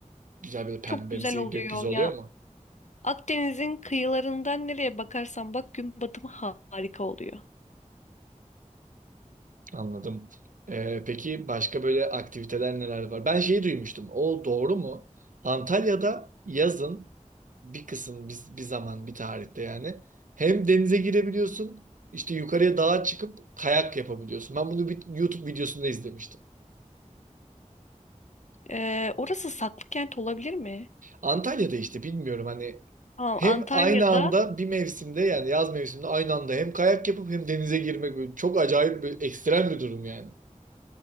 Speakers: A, on the right; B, on the left.
A: güzel böyle pembemsi
B: Çok güzel oluyor.
A: gökyüzü oluyor mu?
B: Akdeniz'in kıyılarından nereye bakarsan bak gün batımı ha- harika oluyor.
A: Anladım. Ee, peki başka böyle aktiviteler neler var? Ben şeyi duymuştum. O doğru mu? Antalya'da yazın bir kısım bir, bir zaman bir tarihte yani hem denize girebiliyorsun işte yukarıya dağa çıkıp kayak yapabiliyorsun. Ben bunu bir YouTube videosunda izlemiştim.
B: Ee, orası Saklıkent olabilir mi?
A: Antalya'da işte bilmiyorum hani
B: Tamam,
A: hem
B: Antalya'da.
A: aynı anda bir mevsimde yani yaz mevsiminde aynı anda hem kayak yapıp hem denize girmek böyle çok acayip bir ekstrem bir durum yani.